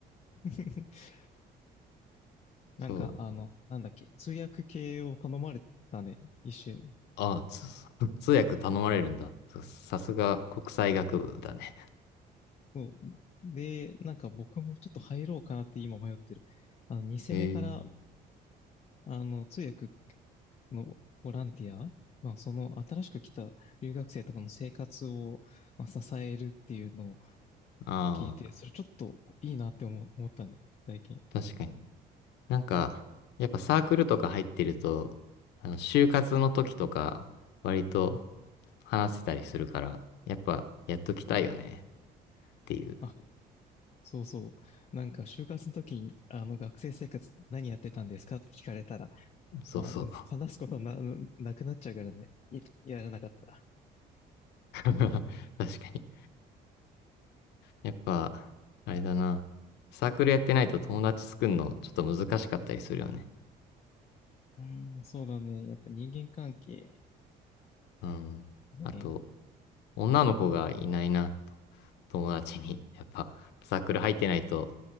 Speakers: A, on the left; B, on the left.
A: <laughs> なんかあの、
B: そう。
A: なんだっけ、通訳系を頼まれたね、一種。
B: ああ、つ <laughs> 通訳頼まれるんだ。ささすが国際学部だね。
A: そうで、なんか僕もちょっと入ろうかなって今迷ってる。あの、2戦目から
B: ええ
A: あの、通訳のボランティア、まあ、その新しく来た留学生とかの生活を、まあ、支えるっていうのを
B: ああ、
A: 聞いて、それちょっといいなって思ったね、最近。
B: 確かに。なんか、やっぱサークルとか入ってると、あの、就活の時とか、割と話せたりするから、やっぱ、やっときたいよね、っていう。
A: あ、そうそう。なんか、就活の時に、あの、学生生活何やってたんですかって聞かれたら、
B: そうそう。
A: まあ、話すことな、なくなっちゃうからね。いやらなかったら。
B: <laughs> 確かに。やっぱ、あれだな。サークルやってないと友達作るの、ちょっと難しかったりするよね。
A: うん、そうだね。やっぱ人間関係
B: うん。あと、
A: ね。
B: 女の子がいないな、と友達に。やっぱ、サークル入ってないと、